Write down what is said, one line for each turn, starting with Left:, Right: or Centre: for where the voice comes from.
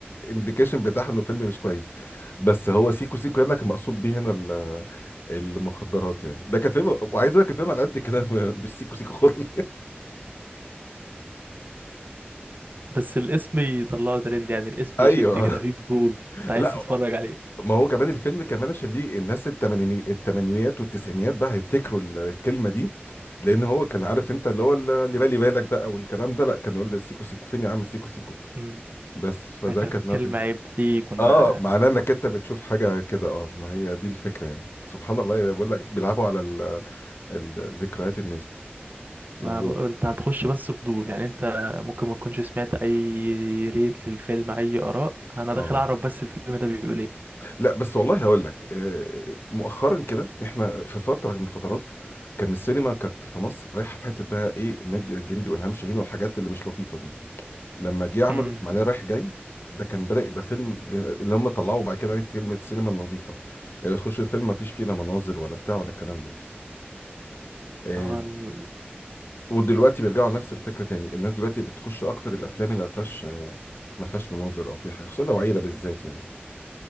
Left: انديكيشن بتاعها انه فيلم مش كويس بس هو سيكو سيكو هنا كان مقصود بيه هنا ال- المخدرات يعني ده كان فيلم وعايز اقول لك الفيلم على قد كده <laughs> م- مش سيكو سيكو خالص
Right: بس الاسم يطلعه ترند يعني الاسم
Left: وايوه
Right: يشد كده فيه فضول
Left: <laughs>
Right: انت عايز
Left: لا
Right: تتفرج عليه
Left: ما هو كمان الفيلم كمان عشان ليه الناس التمانيني التمانينيات والتسعينيات بقى هيفتكروا الكلمه دي لان هو كان عارف انت اللي هو اللي بالي بالك بقى والكلام ده لا كان يقول للسيكو سيكو فين يا عم السيكو سيكو
Right: امم
Left: بس فده
Right: كانت
Left: كانت نقطة
Right: كلمة عيب دي كنا
Left: اه معناه انك انت بتشوف حاجه كده اه ما هي دي الفكره يعني سبحان الله بقول لك بيلعبوا على ال- ال- ذكريات الناس و...
Right: ما ب... انت هتخش بس فضول يعني انت ممكن ما تكونش سمعت اي ريت للفيلم اي اراء انا
Left: اه
Right: داخل اعرف بس الفيلم ده بيقول ايه
Left: لا بس والله هقول لك آه، مؤخرا كده احنا في فتره من الفترات كان السينما كانت في مصر رايحه في حته بقى ايه النادي الجندي والهام شاهين والحاجات اللي مش لطيفه دي لما جه عملوا
Right: امم
Left: معناه رايح جاي ده كان بدأ يبقى فيلم ب... اللي هم طلعوا بعد كده عليه كلمه السينما النظيفه آه، تخش الفيلم ما فيش فيه لا مناظر ولا بتاع ولا الكلام ده آه،
Right: هو ال-
Left: ودلوقتي بيرجعوا لنفس الفكره تاني الناس دلوقتي بتخش اكتر الافلام اللي ما فيهاش ما فيهاش مناظر او في حاجه خصوصا لو عيله بالذات يعني